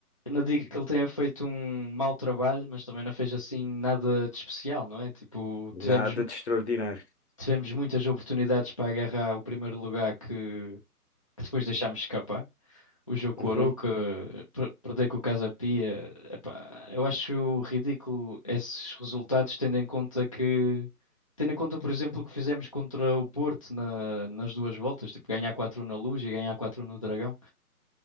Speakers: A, on the left; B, on the left.
A: eu não digo que ele tenha feito um mau trabalho, mas também não fez assim nada de especial, não é? Tipo,
B: Nada
A: tivemos, mu-
B: de extraordinário.
A: tivemos muitas oportunidades para agarrar o primeiro lugar que, que depois deixámos escapar. O Jokoro
B: Uhum.
A: que per- perder com o Casa Pia, epá, eu acho ridículo esses resultados, tendo em conta que, tendo em conta, por exemplo, o que fizemos contra o Porto na- nas duas voltas, tipo ganhar 4 na Luz e ganhar 4 no Dragão.